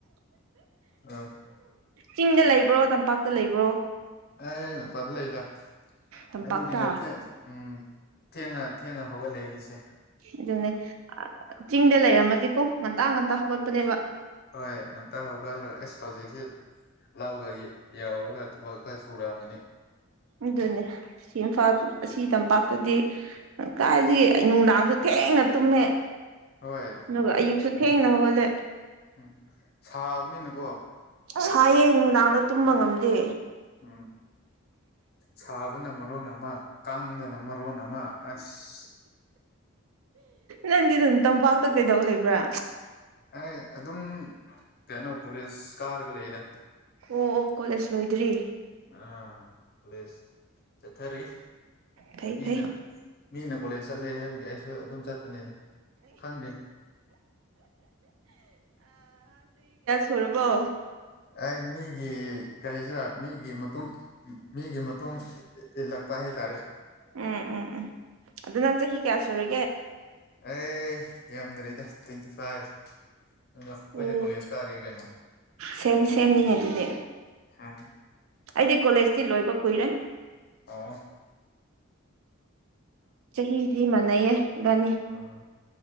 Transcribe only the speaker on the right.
ꯆꯤꯡꯗ ꯂꯩꯕ꯭ꯔꯣ ꯇꯝꯄꯥꯛꯇ ꯂꯩꯕ꯭ꯔꯣ
ꯇꯝꯄꯥꯛꯇ
ꯑꯗꯨꯅꯦ ꯆꯤꯡꯗ ꯂꯩꯔꯝꯃꯗꯤꯀꯣ ꯉꯟꯇꯥ ꯉꯟꯇꯥ ꯍꯧꯒꯠꯄꯅꯦꯕ
ꯑꯗꯨꯅꯦ ꯁꯤ ꯏꯝꯐꯥꯜ ꯑꯁꯤ ꯇꯝꯄꯥꯛꯇꯗꯤ ꯀꯥꯏꯗꯤ ꯑꯩ ꯅꯨꯡꯗꯥꯡꯁꯨ ꯊꯦꯡ ꯊꯦꯡꯅ ꯇꯨꯝꯃꯦ
ꯑꯗꯨꯒ ꯑꯌꯨꯛꯁꯨ ꯊꯦꯡꯅ ꯍꯧꯒꯜꯂꯦ
ꯁꯥꯏꯌꯦ ꯅꯨꯡꯗꯥꯡꯗ ꯇꯨꯝꯕ ꯉꯝꯗꯦ
ꯅꯪꯗꯤ ꯑꯗꯨꯝ ꯇꯝꯄꯥꯛꯇ ꯀꯩꯗꯧ ꯂꯩꯕ꯭ꯔꯥ
ꯑꯣ ꯑꯣ ꯀꯣꯂꯦꯖ ꯂꯣꯏꯗ꯭ꯔꯤ
ꯊꯩ
ꯐꯩ
ꯊꯣꯔꯕꯣ
ꯎꯝ ꯎꯝ ꯎꯝ ꯑꯗꯨ ꯅꯪ ꯆꯍꯤ ꯍ ꯀꯌꯥꯁꯨꯨꯔꯦ
ꯑꯣ
ꯁꯦꯝ ꯁꯦꯝ ꯅꯅꯦ ꯑꯗꯨꯗꯦ
ꯑꯩꯗꯤ ꯀꯣꯂꯦꯖꯇꯤ ꯂꯣꯏꯕ ꯀꯨꯏꯔꯦ
ꯆꯍꯤꯗꯤ ꯃꯥꯟꯅꯩꯌꯦ ꯏꯕꯥꯅꯤ